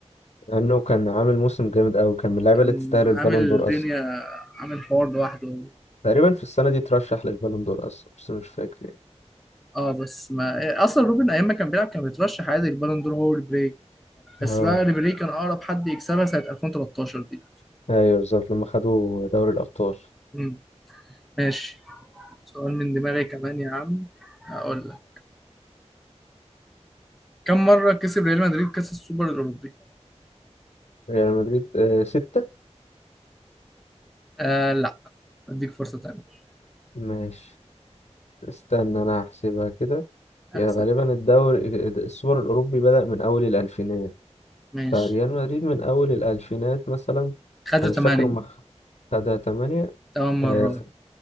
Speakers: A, on the left; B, in the centre.
A: لانه كان عامل موسم جامد قوي كان من اللعيبه
B: كان
A: اللي تستاهل
B: عامل
A: البالون
B: الدنيا
A: دور اصلا
B: عامل حوار لوحده
A: تقريبا في السنه دي ترشح للبالون دور اصلا بس مش فاكر يعني
B: اه بس ما اصلا روبن ايام ما كان بيلعب كان بيترشح عادي للبالون دور هو ريبيري
A: اه
B: بس بقى ريبيري كان اقرب حد يكسبها سنة 2013 دي
A: ايوه بالظبط لما خدوا دوري الابطال
B: امم ماشي سؤال من دماغي كمان يا عم هقول لك كم مرة كسب ريال مدريد كأس السوبر الأوروبي؟
A: ريال مدريد آه ستة
B: آه لا اديك فرصة تانية
A: ماشي استنى انا هحسبها كده
B: احسب
A: يا غالبا الدوري السوبر الاوروبي بدأ من اول الالفينات
B: ماشي
A: فريال مدريد من اول الالفينات مثلا
B: خدوا
A: انا مش
B: 8
A: فاكر هم خدها تمانية
B: 8
A: آه،
B: مرات